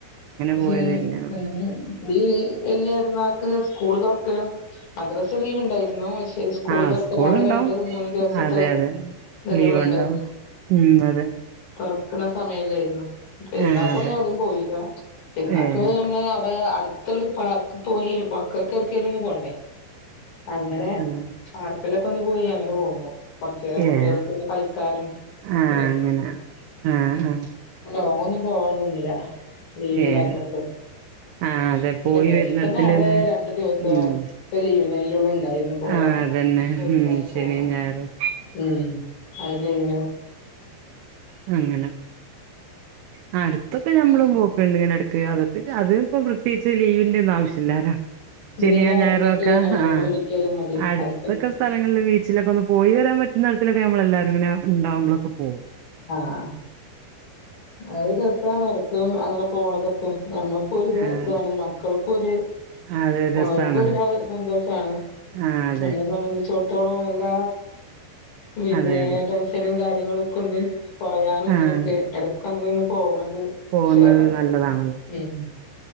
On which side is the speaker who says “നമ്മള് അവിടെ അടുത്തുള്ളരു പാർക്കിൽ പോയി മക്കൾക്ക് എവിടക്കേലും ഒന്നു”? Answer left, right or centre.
Left